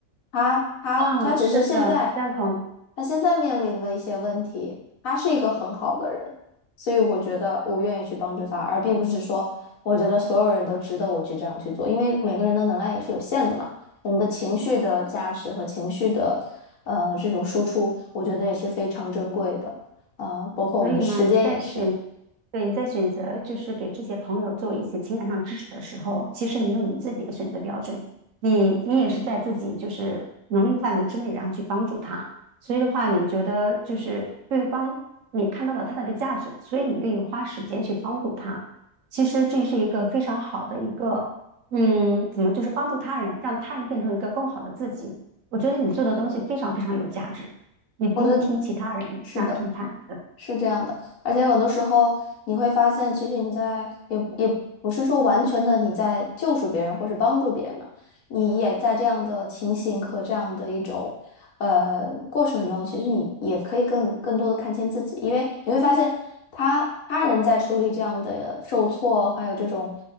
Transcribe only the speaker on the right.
啊，是的，赞同。
所以嘛，你在选，对，你在选择就是给这些朋友做一些情感上支持的时候，其实你有你自己的选择标准，你你也是在自己就是能力范围之内，然后去帮助他。所以的话，你觉得就是对方你看到了他的一个价值，所以你愿意花时间去帮助他。其实这是一个非常好的一个，嗯，怎么就是帮助他人，让他人变成一个更好的自己。我觉得你做的东西非常非常有价值，你不用听其他人这样评判。
呃